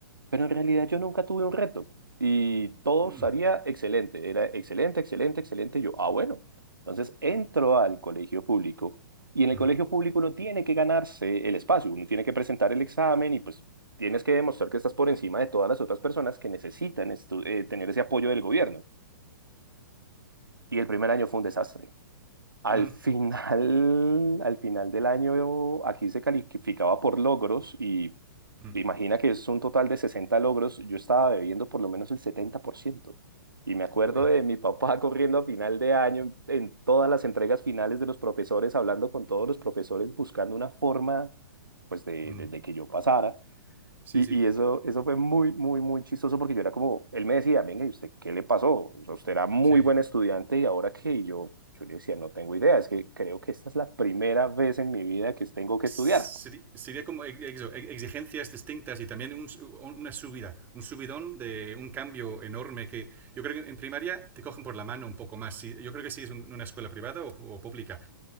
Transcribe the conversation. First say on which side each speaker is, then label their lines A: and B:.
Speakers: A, on the right; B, on the right.
A: pero en realidad yo nunca tuve un reto. Y todo
B: mm,
A: salía excelente, era excelente, excelente, excelente. Y Yo, ah, bueno. Entonces entro al colegio público y en el
B: mm,
A: colegio público uno tiene que ganarse el espacio, uno tiene que presentar el examen y pues tienes que demostrar que estás por encima de todas las otras personas que necesitan estu- eh, tener ese apoyo del gobierno. Y el primer año fue un desastre. Al
B: mm,
A: final, al final del año, aquí se calificaba por logros y
B: mm.
A: Imagina que es un total de 60 logros, yo estaba bebiendo por lo menos el 70%. Y me acuerdo
B: Uy.
A: de mi papá <laughs> corriendo a final de año en, en todas las entregas finales de los profesores, hablando con todos los profesores, buscando una forma pues de,
B: Mm,
A: de- de que yo pasara.
B: sí,
A: Y,
B: sí,
A: y eso, eso fue muy, muy, muy chistoso porque yo era como, él me decía, venga, ¿y usted qué le pasó? O sea, usted era muy
B: sí,
A: buen
B: sí.
A: estudiante y ahora qué? Y yo, yo le decía, no tengo idea, es que creo que esta es la primera vez en mi vida que tengo que
B: Sería,
A: estudiar.
B: sería como exigencias distintas y también un- una subida, un subidón de un cambio enorme que yo creo que en primaria te cogen por la mano un poco más. Si- Yo creo que si es una escuela privada o, o pública,